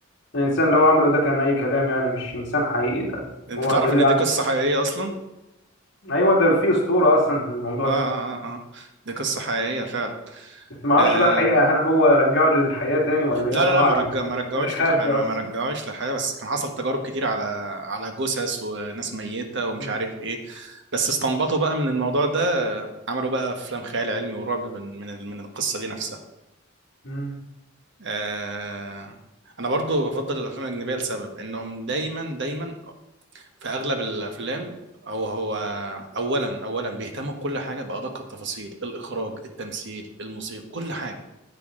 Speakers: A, on the left; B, on the right.
A: الانسان اللي هو عمله ده كان اي كلام يعني مش انسان حقيقي ده
B: انت
A: هو
B: تعرف
A: دليل
B: ان
A: على
B: دي قصة حقيقية اصلا؟
A: ايوه ده في اسطوره اصلا في الموضوع
B: اه اه
A: ده
B: اه آه. دي قصة حقيقية فعلا
A: بس ما اعرفش
B: آه.
A: بقى حقيقة هل هو رجعه للحياة تاني ولا ايه
B: لا
A: الله
B: لا لا
A: اعلم
B: ما رجع ما رجعوش
A: الحاد
B: للحياة
A: ده
B: ما
A: اصلا
B: رجعوش للحياة بس كان حصل تجارب كتير على على جثث وناس ميتة ومش
A: مم.
B: عارف ايه بس استنبطوا بقى من الموضوع ده آه، عملوا بقى افلام خيال علمي ورعب من من ال- من القصة دي نفسها
A: مم.
B: آه. انا برضو بفضل الافلام الاجنبية لسبب انهم دايما دايما في اغلب الافلام هو هو اولا اولا بيهتموا بكل حاجه بادق التفاصيل الاخراج التمثيل الموسيقى كل حاجه